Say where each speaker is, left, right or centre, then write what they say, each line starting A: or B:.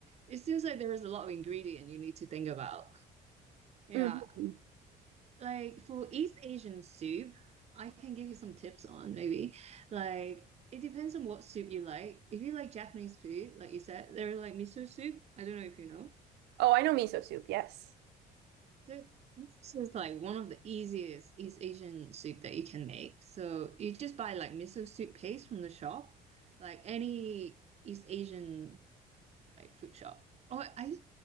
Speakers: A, on the right; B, on the right.
A: it seems like there is a lot of ingredient you need to think about. Yeah,
B: Mhm.
A: Like for East Asian soup, I can give you some tips on maybe. Like it depends on what soup you like. If you like Japanese food, like you said, they're like miso soup. I don't know if you know.
B: Oh, I know miso soup. Yes.
A: So this is like one of the easiest East Asian soup that you can make. So you just buy like miso soup paste from the shop, like any East Asian like food shop. oh, I